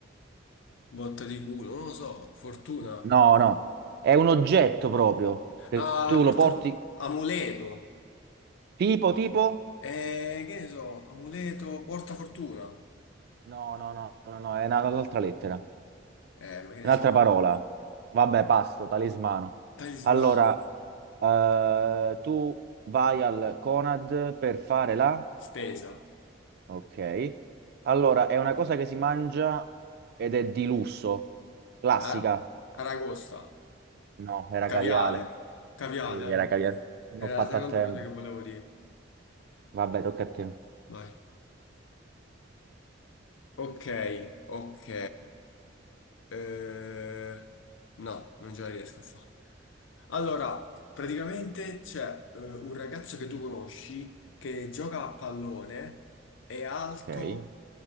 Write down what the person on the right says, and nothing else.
No, no, è un oggetto proprio. che
tu
lo porti,
Tipo, tipo?
No, no, no, no, no, è una- un'altra lettera,
un'altra
parola. Vabbè,
passo, talismano.
Allora, eh, tu vai al Conad per fare la...
Ok. Allora, è una cosa che si mangia ed è di lusso. Classica.
No, era
caviale.
Sì,
era caviale. Non
ho fatto
a tempo.
Vabbè, tocca a te.
Ok.